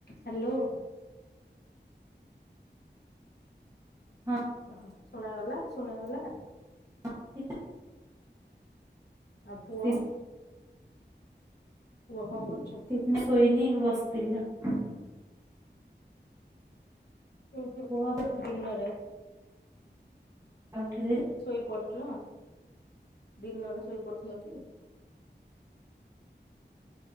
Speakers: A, on the left; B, on the right.
A: ହ୍ୟାଲୋ
B: ହଁ
A: ଓହୋ ଶୁଣାଗଲା ଶୁଣାଗଲା।
B: <unintelligible>
A: ଆଉ
B: ବସିଥିଲି
A: ପୁଅ ପୁଅ କଣ କରୁଛି?
B: ନାଇ ଶୋଇନି ବସିଥିଲି ଆଉ।
A: ହ ହ
B: ପୁଅ
A: ଦିନରେ।
B: ଆଉଠେ
A: ଶୋଇପଡଥିଲ ଦିନରେ ଶୋଇପଡୁଥିଲ କି?